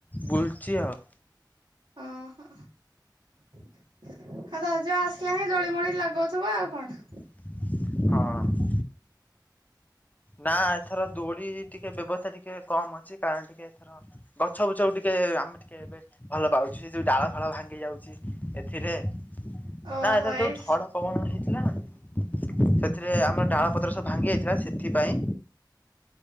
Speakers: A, on the left; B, on the right.
A: ବୁଲୁଛି ଆଉ।
B: ଓ ହୋ। ଆଉ ରଜ ଆସିଲାଣି ଦୋଳି ମୋଳି ଲଗଉଥିବ ଆଉ କଣ।
A: ହଁ। ନାଁ ଏଥର ଦୋଳି ଟିକେ ବ୍ୟବସ୍ଥା ଟିକେ କମ୍ ଅଛି କାରଣ ଟିକେ ଏଥର ହଁ ଗଛ ବୁଛକୁ ଟିକେ ଆମେ ଟିକେ ଏବେ ଭଲ ପାଉଛି ସେ ଯୋଉ ଡାଳ ଫାଳ ଭାଙ୍ଗି ଯାଉଛି ଏଥିରେ ନାଁ
B: ଓହୋ
A: ଏଥର ଯୋଉ
B: ଏଇ
A: ଝଡ ପବନ ହେଇଥିଲା ସେଥିରେ ଆମର ଡାଳ ପତ୍ର ସବୁ ଭାଙ୍ଗି ଯାଇଥିଲା ସେଥିପାଇଁ